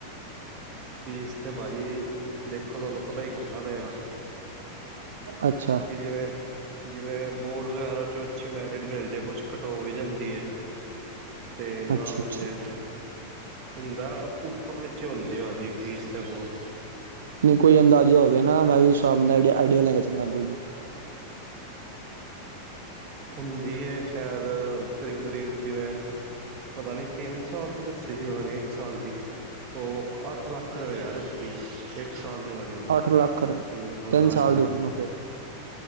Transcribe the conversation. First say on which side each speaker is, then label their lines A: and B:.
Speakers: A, on the right; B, on the right.
A: ਫੀਸ ਤੇ ਭਾਅ ਜੀ ਦੇਖੋ। ਤੁਹਾਨੂੰ ਪਤਾ ਈ ਕਰਨਾ ਪਏਗਾ
B: ਅੱਛਾ
A: ਜਿਵੇ ਜਿਵੇਂ ਬੋਰਡ ਵਗੈਰਾ ਚ ਅੱਛੀ ਮੈਰਿਟ ਮਿਲ ਜਾਏ। ਕੁਛ ਖਟੋ ਵੀ ਜਾਂਦੀ ਹੈ ਤੇ ਨਾ
B: ਅੱਛਾ
A: ਮਿਲੇ
B: ਅੱਛਾ
A: ਹੁੰਦਾ ਉੱਪਰ ਨੀਚੇ ਹੁੰਦੇ ਆ ਜੀ। ਫੀਸ ਤੇ ਬਹੁਤ
B: ਨਹੀਂ ਕੋਈ ਅੰਦਾਜ਼ਾ ਹੋਵੇ ਨਾ ਮੈਂ ਵੀ ਹਿਸਾਬ ਨਾਲ ਆਈਡੀਆ ਲੈ ਕੇ ਚੱਲਦਾ ਅੱਗੂ ਵੀ
A: ਹੁੰਦੀ ਹੈ। ਸ਼ਾਇਦ ਕਰੀਬ- ਕਰੀਬ ਜਿਵੇਂ ਪਤਾ ਨੀ ਤਿੰਨ ਸਾਲ ਦੀ ਦੱਸੀ ਸੀ। ਪਤਾ ਨੀ ਇੱਕ ਸਾਲ ਦੀ ਉਹ ਅੱਠ ਲੱਖ ਰੁਪਏ ਕਹਿ ਰਹੇ ਸੀ। ਫੀਸ ਇੱਕ ਸਾਲ ਦੀ ਰਾਣੀ ਕਿੰਨੇ
B: ਅੱਠ ਲੱਖ
A: ਸ ਹਾਂਜੀ-
B: ਤਿੰਨ ਸਾਲ ਦੀ
A: ਹਾਂਜੀ
B: ਹੋਣੀ ਉਹ ਫਿਰ।